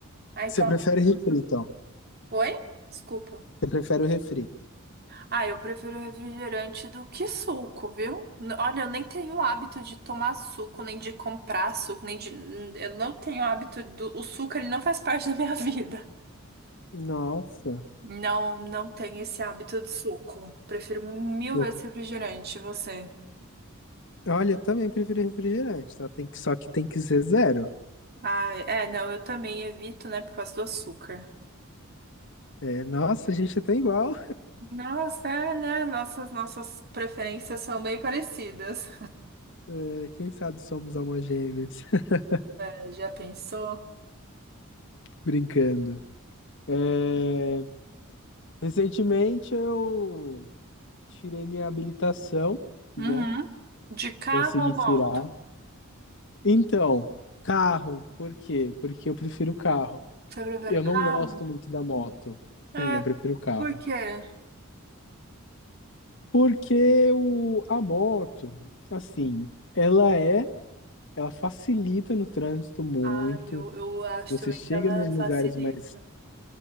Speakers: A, on the right; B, on the left.
A: Aí
B: Você
A: toma.
B: prefere refri, então?
A: Oi? Desculpa.
B: Você prefere o refri?
A: Ah, eu prefiro refrigerante do que suco, viu? N- Olha, eu nem tenho o hábito de tomar suco, nem de comprar suco, nem de. n- Eu não tenho hábito do. O suco, ele não faz parte da minha <laughs> vida.
B: Nossa.
A: Não, não tenho esse hábito de suco. Prefiro mil
B: eu-
A: vezes refrigerante, você.
B: Olha, eu também prefiro refrigerante, só tem que, só que tem que ser zero.
A: Ah, é, não, eu também evito, né, por causa do açúcar.
B: É, nossa, a gente tá igual.
A: Nossa, é, né? Nossas, nossas preferências são bem parecidas.
B: É, quem sabe somos almas gêmeas. <laughs>
A: É, já pensou?
B: Brincando. É, Recentemente eu tirei minha habilitação, né?
A: Uhum. De carro
B: Consegui
A: ou
B: tirar.
A: moto?
B: Então, carro, por quê? Porque eu prefiro carro.
A: Você prefere
B: Eu
A: carro?
B: não gosto muito da moto.
A: É,
B: Sim, eu prefiro carro.
A: Por quê?
B: Porque o, a moto, assim, ela é, ela facilita no trânsito muito.
A: Ah, eu, eu acho
B: Você
A: também
B: chega
A: que ela
B: nos lugares
A: facilita.
B: mais.